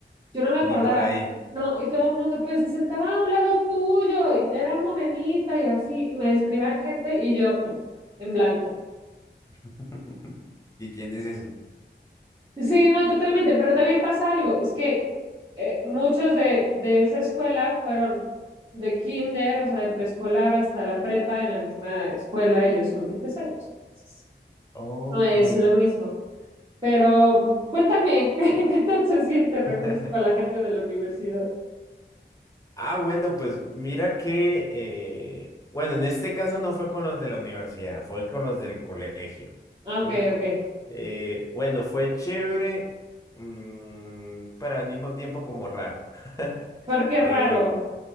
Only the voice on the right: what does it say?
yo no me acordaba.
No, y todo el mundo pues se sentaba a un lado tuyo y era morenita y así, y me describían gente y yo en blanco.
Sí, no, totalmente, pero también pasa algo, es que eh, muchos de, de esa escuela fueron de kinder, o sea, de preescolar hasta la prepa en la misma escuela y yo solo fui tres años, entonces
no es lo mismo. Pero mm, cuéntame, <laughs> ¿qué tal se siente reunirse
con la gente de la universidad?
Ah, Ok,
ok,
porque
raro.